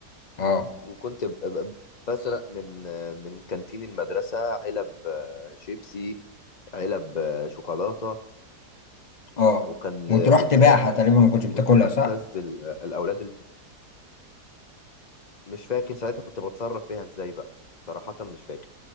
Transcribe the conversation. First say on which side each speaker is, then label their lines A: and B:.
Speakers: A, on the left (about 35°); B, on the left (about 65°).
A: اه
B: وكنت ب- ب- بسرق من آه، من كانتين المدرسه علب آه، شيبسي علب آه، شوكولاته
A: اه
B: وكان
A: وتروح
B: آه، كنت
A: تبيعها
B: آه،
A: تقريبا ما كنتش بتاكلها
B: كنت ببتز
A: صح
B: ال- آه، الاولاد اللي مش فاكر ساعتها كنت بتصرف فيها ازاي بقى صراحه مش فاكر